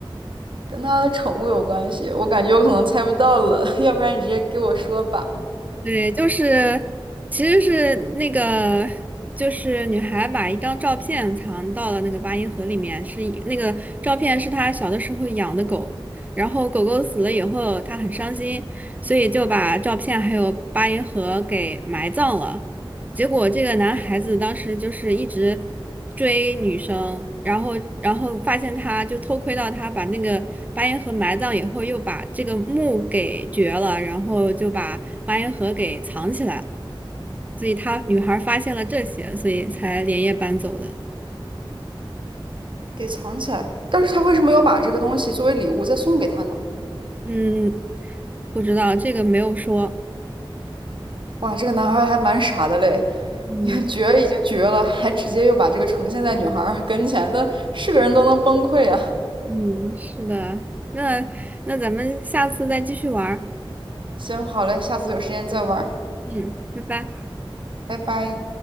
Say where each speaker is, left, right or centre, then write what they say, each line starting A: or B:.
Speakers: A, on the right (about 60°); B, on the right (about 15°).
A: 跟他的宠物有关系？我感觉我可能猜不到了，<laughs> 要不然你直接给我说吧，
B: 对，就是其实是那个就是女孩把一张照片藏到了那个八音盒里面，是一那个照片是她小的时候养的狗，然后狗狗死了以后，她很伤心，所以就把照片还有八音盒给埋葬了。结果这个男孩子当时就是一直追女生，然后然后发现他就偷窥到他把那个八音盒埋葬以后，又把这个墓给掘了，然后就把八音盒给藏起来，所以他女孩发现了这些，所以才连夜搬走的。
A: 给藏起来。但是他为什么要把这个东西作为礼物再送给他呢？
B: 嗯，不知道这个没有说。
A: 哇，这个男孩还蛮傻的嘞，
B: 嗯
A: 也绝已经绝了，还直接又把这个呈现在女孩儿跟前的，是个人都能崩溃啊！
B: 嗯，是的，那那咱们下次再继续玩儿。
A: 行，好嘞，下次有时间再玩儿，
B: 嗯，拜拜。
A: 拜拜。